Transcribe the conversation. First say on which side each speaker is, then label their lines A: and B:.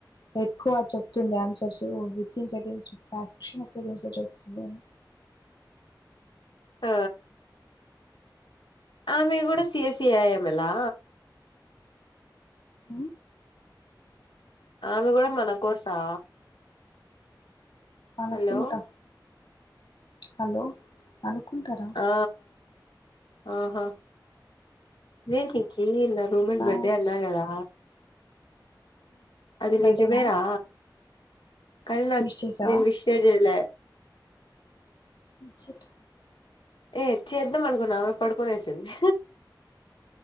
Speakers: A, on the left; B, on the left.
A: ఎక్కువ చెప్తుంది ఆన్సర్స్ విత్న్ సెకంక్షన్్ సెకంస్ లో చెప్తుంది
B: ఆ ఆమె కూడా సిఎసీంలా
A: అ
B: ఆమె కూడా మన కోర్సా
A: అనుకుంటా
B: హలో
A: హలో అనుకుంటారా
B: ఆ ఆహా ఏ నక నా రూమ
A: మ్యాథ్స్
B: బర్డే అన్నా కదా అది
A: బర్త్డేనా
B: నిజ బేరా కరుణ
A: విష్ చేసావా
B: నన్ విశజల
A: షిట్
B: ఏ చేద్దాం అనుకున్న ఆమె పడుకొనే వసింది